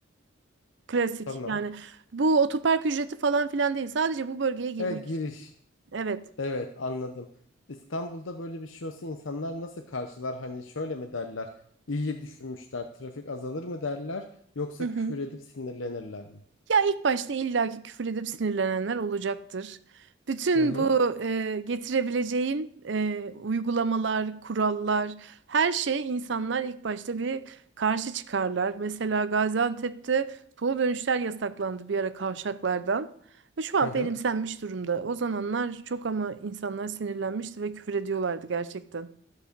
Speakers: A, on the right; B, on the left.
A: Klasik.
B: Tamam.
A: Yani bu otopark ücreti falan filan değil. Sadece bu bölgeye girmek
B: E, giriş.
A: için. Evet.
B: Evet anladım. İstanbul'da böyle bir şey olsa insanlar nasıl karşılar? Hani şöyle mi derler? İyi düşünmüşler. Trafik azalır mı derler? Yoksa
A: Hı hı.
B: küfür edip sinirlenirler mi?
A: Ya ilk başta illaki küfür edip sinirlenenler olacaktır. Bütün
B: Hı hı.
A: bu e, getirebileceğin e, uygulamalar, kurallar, her şey insanlar ilk başta bir karşı çıkarlar. Mesela Gaziantep'te toplu dönüşler yasaklandı bir ara kavşaklardan. Ve şu an
B: Hı hı.
A: benimsenmiş durumda. O zamanlar çok ama insanlar sinirlenmişti ve küfür ediyorlardı gerçekten.